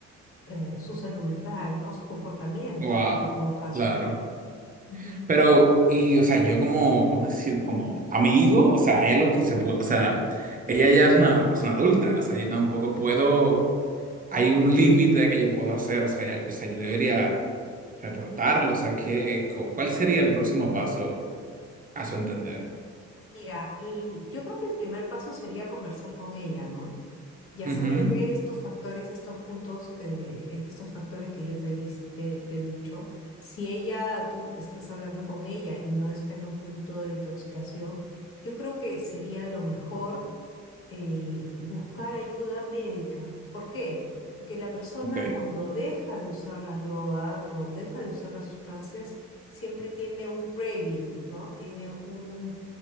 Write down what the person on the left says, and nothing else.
eh, su salud mental, ¿no? Su comportamiento,
en todo caso.
Ujú.
Mira, l- yo creo que el primer paso sería conversar con ella, ¿no? y hacerle
ver estos factores, estos puntos, eh, eh, estos factores que yo te, vis- te, te he dicho. Si ella, tú estás hablando con ella y no está en un punto de intoxicación, yo creo que sería lo mejor eh, buscar ayuda médica. ¿Por qué? Porque la persona
cuando deja de usar las drogas o deja de usar las sustancias, siempre tiene un craving, ¿no? Tiene un,